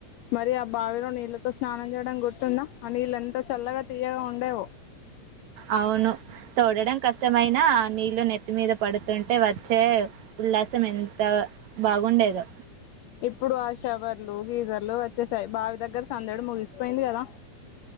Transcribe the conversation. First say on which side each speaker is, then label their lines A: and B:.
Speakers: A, on the left; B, on the right.
A: మరి ఆ బావిలో నీళ్ళతో స్నానం చేయడం గుర్తుందా ఆ నీళ్ళు ఎంత చల్లగా తీయగా ఉండేవో
B: అవును తోడడం కష్టమైనా నీళ్లు నెత్తి మీద పడుతుంటే వచ్చే ఉల్లాసం ఎంత బాగుండేదో
A: ఇప్పుడు ఆ షవర్లు గీజర్లు వచ్చేసాయ్ బావి దగ్గర సందడు ముగిసిపోయింది కదా అ